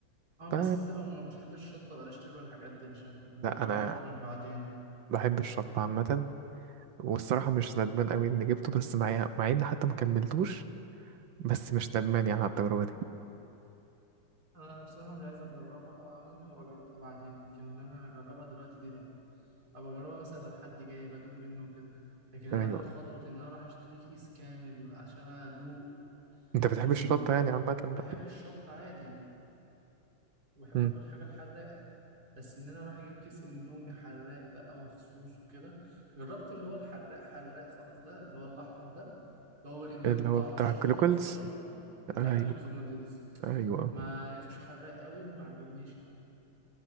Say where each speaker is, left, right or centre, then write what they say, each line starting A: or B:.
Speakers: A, on the right; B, on the right.
A: أه
B: ف-
A: بس أنت لو ما بتحبش الشطة بلاش تاكل الحاجات دي عشان هتوجعلك
B: لا أنا
A: بطنك بعدين
B: بحب الشطة عامة والصراحة مش ندمان أوي إني جبته بس مع مع إني حتى ما كملتوش بس مش ندمان يعني على التجربة دي
A: أنا بصراحة مش عايز أجربها آه، ممكن أبقى أجربها بعدين لكن إن أنا أجربها دلوقتي دي لأ ابقى اجربها مثلا لو حد جاي بدوق منه وكده لكن انا
B: ايوه
A: اخد خطوه ان انا اروح اشتري كيس كامل عشان ادوق
B: انت بتحب
A: الاندومي
B: الشطه يعني عامه بقى
A: بحب الشطه عادي وبحب
B: مم.
A: اكل حاجه الحراقه بس ان انا اروح اجيب كيس اندومي حراق بقى مخصوص وكده جربت اللي هو الحراق حراق خالص ده اللي هو الاحمر ده اللي هو الاندومي
B: اللي
A: بطعم
B: هو بتاع
A: الشطه
B: كلوكلز
A: وفي شطه بتاع
B: ايوه
A: كيلوجز نودلز
B: ايوه
A: ما لقيتوش حراق قوي وما عجبنيش يعني